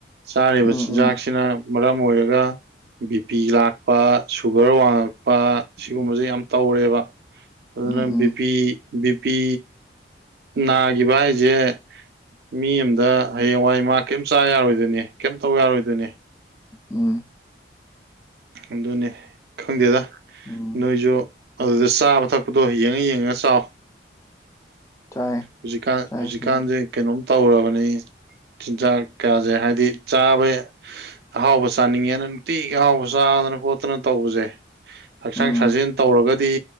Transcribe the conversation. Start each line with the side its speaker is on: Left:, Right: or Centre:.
Right: ꯆꯥꯔꯤꯕ
Left: ꯎꯝ ꯎꯝ
Right: ꯆꯤꯟꯖꯥꯛꯁꯤꯅ ꯃꯔꯝ ꯑꯣꯏꯔꯒ ꯕꯤ ꯄꯤ ꯂꯥꯛꯄ ꯁꯨꯒꯔ ꯋꯥꯡꯉꯛꯄ ꯁꯤꯒꯨꯝꯕꯖꯦ ꯌꯥꯝ ꯇꯧꯔꯦꯕ ꯑꯗꯨꯅ
Left: ꯎꯝ ꯎꯝ
Right: ꯕꯤꯄꯤ ꯕꯤꯄꯤ ꯅꯥꯒꯤꯕ ꯍꯥꯏꯖꯦ ꯃꯤ ꯑꯝꯗ ꯍꯌꯦꯡꯋꯥꯏ ꯃꯥ ꯀꯩꯝ ꯆꯥ ꯌꯥꯔꯣꯏꯗꯣꯏꯅꯤ ꯀꯩꯝ ꯇꯧ ꯌꯥꯔꯣꯏꯗꯣꯏꯅꯤ
Left: ꯎꯝ
Right: ꯑꯗꯨꯅꯦ ꯈꯪꯗꯦꯗꯥ
Left: ꯎꯝ
Right: ꯅꯣꯏꯖꯨ ꯑꯗꯨꯗ ꯆꯥꯕ ꯊꯛꯄꯗꯣ ꯌꯦꯡꯉ ꯌꯦꯡꯉ ꯆꯥꯎ
Left: ꯆꯥꯏ
Right: ꯍꯧꯖꯤꯛꯀꯥꯟ
Left: ꯆꯥꯏ
Right: ꯍꯧꯖꯤꯛꯀꯥꯟꯖꯦ
Left: ꯁꯤ ꯎꯝ
Right: ꯀꯩꯅꯣꯝ ꯇꯧꯔꯕꯅꯤ ꯆꯤꯟꯖꯥꯛ ꯀꯌꯥꯖꯤ ꯍꯥꯏꯗꯤ ꯆꯥꯕꯤ ꯑꯍꯥꯎꯕ ꯆꯥꯅꯤꯡꯉꯦꯅ ꯅꯨꯡꯇꯤꯒꯤ ꯑꯍꯥꯎꯕ ꯆꯥꯗꯅ ꯈꯣꯠꯇꯅ ꯇꯧꯕꯖꯦ
Left: ꯎꯝ
Right: ꯍꯛꯆꯥꯡ ꯁꯥꯖꯦꯟ ꯇꯧꯔꯒꯗꯤ